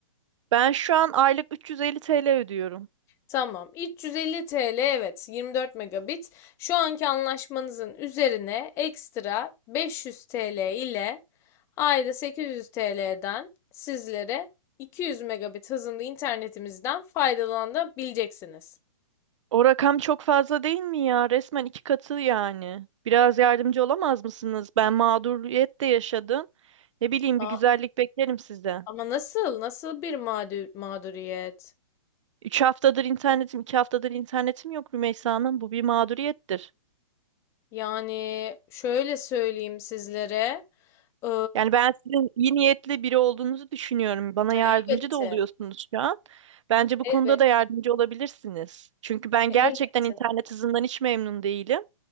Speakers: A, on the right; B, on the left.
A: Ben şu an aylık 350 TL ödüyorum.
B: Tamam. 350 TL evet 24 megabit. Şu anki anlaşmanızın üzerine ekstra 500 TL ile ayda 800 TL'den sizlere 200 megabit hızında internetimizden faydalanabileceksiniz.
A: O rakam çok fazla değil mi ya? Resmen iki katı yani. Biraz yardımcı olamaz mısınız? Ben mağduriyet de yaşadım. Ne bileyim
B: Aa,
A: bir güzellik beklerim sizden.
B: ama nasıl? Nasıl bir mağdur- mağduriyet?
A: Üç haftadır internetim, iki haftadır internetim yok Rümeysa Hanım. Bu bir mağduriyettir.
B: Yani şöyle söyleyeyim sizlere. Ee,
A: Yani ben sizin iyi niyetli biri olduğunuzu düşünüyorum. Bana yardımcı
B: elbette.
A: da oluyorsunuz şu an. Bence bu
B: Elbette.
A: konuda da yardımcı olabilirsiniz. Çünkü ben
B: Elbette.
A: gerçekten internet hızından hiç memnun değilim.